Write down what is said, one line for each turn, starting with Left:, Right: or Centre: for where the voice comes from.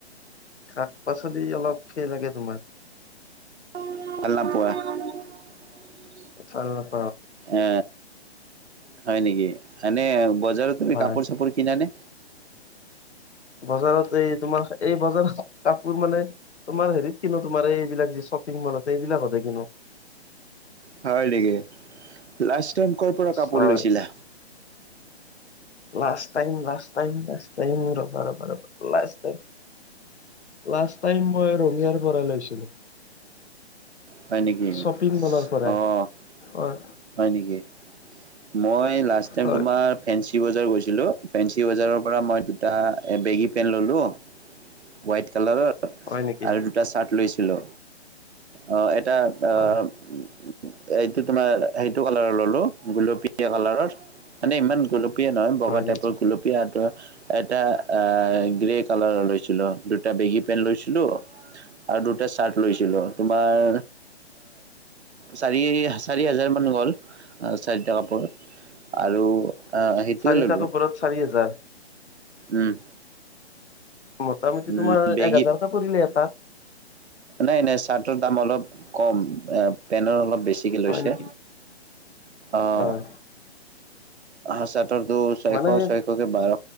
Left: শাক পাচলি অলপ সেই লাগে তোমাৰ
Right: <unintelligible>
Left: <unintelligible>
Right: এ, হয়, নেকি এনে--এনে ই বজাৰত তুমি
Left: হয়
Right: কাপোৰ চাপোৰ কিনানে?
Left: বজাৰত এই তোমাৰ এই বজাৰত কাপোৰ মানে তোমাৰ হেৰিত কিনো, তোমাৰ এইবিলাক যি চ শ্বপিংমলতেই কিনা গোটেইখিনি
Right: হয়, নেকি লাষ্ট টাইম কৰ পৰা কাপোৰ
Left: হয়
Right: লৈছিলা।
Left: Last time, last time, last time, um, ৰবা, ৰবা, লাষ্ট টাইম লাষ্ট টাইম মই ৰঙিয়াৰ পৰাই লৈছিলো।
Right: হয় নেকি
Left: শ্বপিং মলৰ পৰাই
Right: অ, '
Left: হয়
Right: হয়, নেকি মই লাষ্ট টাইম
Left: হয়
Right: তোমাৰ ফেঞ্চিবজাৰ গৈছো। কিন্ত ফেঞ্চি বজাৰৰ পৰা মই দুটা বেগী পেন্ট ললো হোৱাইট কালাৰত।
Left: হয় নেকি
Right: আৰু দুটা চাৰ্ট লৈছিলো অ, 'এটা অ,
Left: হয়
Right: ' এইটো তোমাৰ সেইটো কালাৰৰ ললো, গুলপীয়া কালাৰৰ মানে ইমান গুলপীয়া নহয় বগা
Left: হয় নেকি
Right: টাইপৰ গুলপীয়াাতৰ এটা আ গ্ৰে কালাৰ লৈছে। দুটা বেগী পেণ্ট লৈছিলোঁ আৰু দুটা চাৰ্ট লৈছিলোঁ তোমাৰ চাৰি- চাৰি হাজাৰ মান গ'ল চাৰিটা কাপোৰত। আৰু আহ সেইটোয়ে
Left: চাৰিটা
Right: ললো
Left: কাপোৰত চাৰি হাজাৰ
Right: উম।
Left: মোটামুটি
Right: উম,
Left: তোমাৰ
Right: বেগী
Left: এক হাজাৰকে পৰিলে এটাত
Right: নাই নাই চাৰ্টৰ দাম অলপ কম পেনৰ অলপ বেছিকে লৈছে
Left: হয় নেকি
Right: অ'
Left: হয়
Right: ছয়শ
Left: মানে
Right: ছয়শকে বাৰ